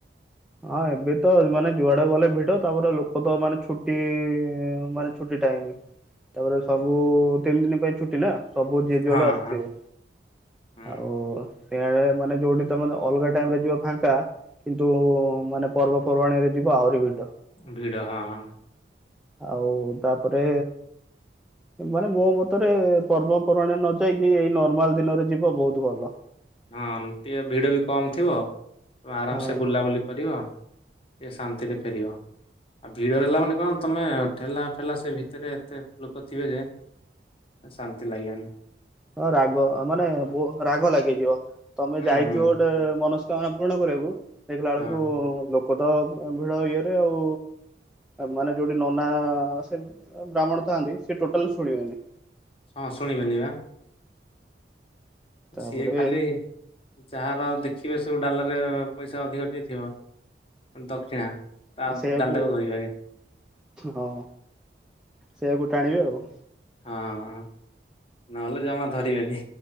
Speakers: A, in the centre; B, on the left.
A: ହଁ ଏବେ ତ ମାନେ ଯୁଆଡେ ଗଲେ ଭିଡ ତାପରେ, ଲୋକ ତ ମାନେ ଛୁଟି ମାନେ ଛୁଟି ଟାଇମ୍ ତାପରେ ସବୁ ତିନି ଦିନ ପାଇଁ ଛୁଟି ନା। ସବୁ ଯେ ଯୁଆଡୁ
B: ହଁ
A: ଆସିଥିବେ
B: ହଁ ହୁଁ
A: ଆଉ। ସେ ମାନେ ଯୋଉଠି ତମେ ଅଲଗା ଟାଇମରେ ଯିବ ଫାଙ୍କା, କିନ୍ତୁ ମାନେ ପର୍ବପର୍ବାଣିରେ ଯିବ ଆହୁରି ଭି
B: ଭିଡ଼ ହଁ।
A: ଆଉ ତାପରେ ମାନେ ମୋ ମତରେ ପର୍ବପର୍ବାଣିରେ ନ ଯାଇକି ଏଇ ନର୍ମାଲ ଦିନରେ ଯିବ ବହୁତ ଭଲ।
B: ହଁ ଟିକେ ଭିଡ଼ ବି କମ ଥିବ, ତମେ ଆରାମସେ
A: ହଁ।
B: ବୁଲାବୁଲି କରିବ ଟିକେ ଶାନ୍ତିରେ ଫେରିବ। ଆଉ ଭିଡରେ ହେଲା ମାନେ କଣ ତମେ ଠେଲା ଫେଲା, ସେ ଭିତରେ ଏତେ ଲୋକ ଥିବେ ଯେ ଆ ଶାନ୍ତି ଲାଗିବନି।
A: ହଁ ରାଗ ମାନେ ରାଗ ଲାଗିଯିବ, ତମେ
B: ହୁଁ
A: ଯାଇଥିବ
B: ହୁଁ
A: ଗୋଟେ ମନସ୍ ପୂରଣ କରିଆକୁ ଦେଖିଲା
B: ହଁ
A: ବେଳକୁ ଲୋକ ତ ଭିଡ ଇଏରେ ଆଉ ମାନେ ଯୋଉଠି ନନା ସେ ବ୍ରାହ୍ମଣ ଥାନ୍ତି ସେ ଟୋଟାଲ ଶୁଣିବେନି।
B: ହଁ ଶୁଣିବେନି ବା।
A: ତାପରେ
B: ସିଏ ଖାଲି ଯାହାର ଦେଖ ଦେଖିବେ ସବୁ ଡାଲରରେ ପଇସା ଅଧିକ ଟିକେ ଥିବ। ଦକ୍ଷିଣା ତା
A: ସେଇଆକୁ
B: ଡାଲଟାକୁ <unintelligible> ଆଗେ।
A: ହଁ ସେଇଆକୁ ଟାଣିବି ଆଉ।
B: ହଁ ନହେଲେ ଜମା ଧରିବେନି।